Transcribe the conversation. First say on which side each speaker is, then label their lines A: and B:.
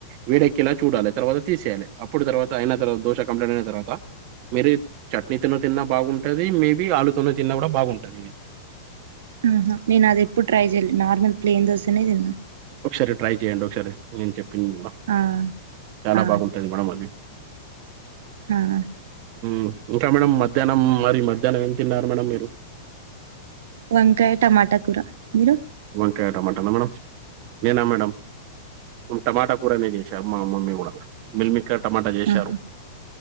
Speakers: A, on the right; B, on the right.
A: వేడెక్కేలా చూడాలె తర్వాత తీసేయాలె అప్పుడు తరువాత అయిన తర్వాత దోశ కంప్లీట్ అయిన తర్వాత మీరే చట్నీతోనే తిన్నా బాగుంటది మేబీ ఆలూతోను తిన్నా కూడా బాగుంటది
B: ఊ హా నేను అది ఎప్పుడూ ట్రై చెయ్యలే నార్మల్ ప్లెయిన్ దోశనే తిన్
A: ఒకసారి ట్రై చేయండి ఒకసారి నేను చెప్పింది కూడా
B: ఆ
A: చాలా
B: ఆ
A: బాగుంటది మేడం అది
B: హా <inaudible>
A: ఊ ఇంకా మేడం మధ్యానం మరి మధ్యానం ఏం తిన్నారు మేడం మీరు
B: వంకాయ టమాటా కూర మీరు
A: వంకాయ టమాటా నా మేడం నేనా మేడం ఉ టమాటా కూరనే చేశారు మా మమ్మీ కూడా మిల్మి టమాట జేశారు
B: ఆహా